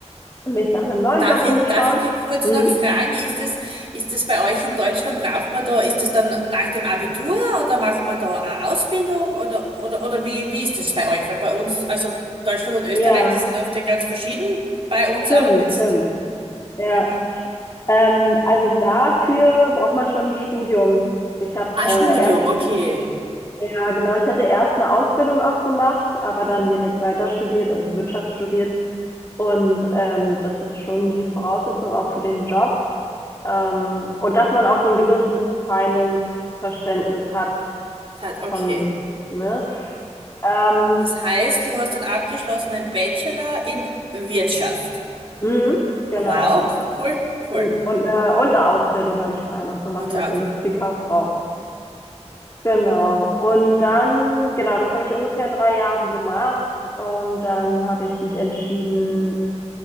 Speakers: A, on the left (about 25°); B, on the right (about 50°).
A: mich nach einem neuen
B: Darf
A: Job
B: ich,
A: umgeschaut.
B: darf ich dich kurz
A: Mhm.
B: noch fragen, ist es, ist es bei euch in Deutschland, braucht man da, ist es dann nach dem Abitur oder macht man da eine Ausbildung oder, oder, oder wie, wie ist das bei euch? Weil bei uns, also Deutschland und Österreich,
A: Ja,
B: das läuft ja ganz verschieden. Bei uns
A: stimmt,
B: ab jetzt,
A: stimmt. Ja.
B: ja.
A: Ähm, also dafür braucht man schon ein Studium. Ich habe
B: Ah,
A: äh,
B: Studium,
A: erst,
B: okay.
A: ja genau, ich hatte erst eine Ausbildung auch gemacht, aber
B: Das
A: dann direkt weiter studiert, also Wirtschaft studiert. Und ähm, das ist schon die Voraussetzung auch für den Job. Ähm, und dass man auch so ein gewisses Finance-Verständnis hat
B: hat, okay.
A: von, ne? Ähm,
B: Das heißt, du hast einen abgeschlossenen Bachelor in Wirtschaft.
A: mhm, genau.
B: Wow, cool, cool.
A: Und, und, eine, und eine Ausbildung habe ich vorher noch gemacht
B: Und ja,
A: als Industriekauffrau. Genau. Und dann, genau, das habe ich ungefähr drei Jahre gemacht. Und dann habe ich mich entschieden,